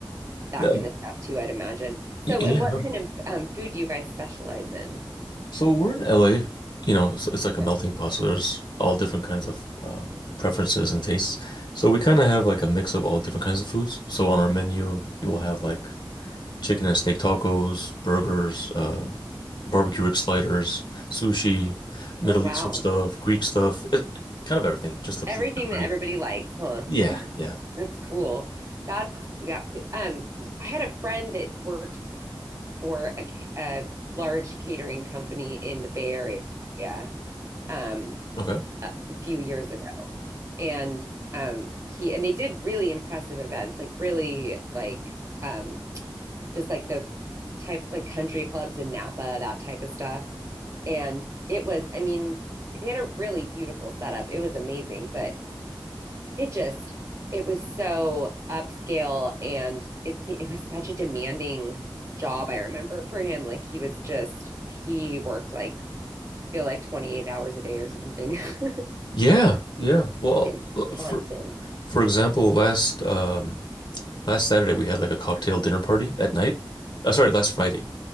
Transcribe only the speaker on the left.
That-
y-
yeah.
no,
So we're in LA, you know, it's, it's like
a melting pot. So there's all different kinds of um, preferences and tastes. So we kind of have like a mix of all different kinds of foods. So on our menu, you'll have like chicken and steak tacos, burgers, uh, barbecue rib sliders, sushi, Middle
Eastern stuff, Greek stuff, it, kind of everything, just to
please everybody.
Yeah, yeah.
Okay.
Yeah, yeah. Well,
l-
for
for example, last um last Saturday we had like a cocktail dinner party at night. Uh, sorry, last Friday.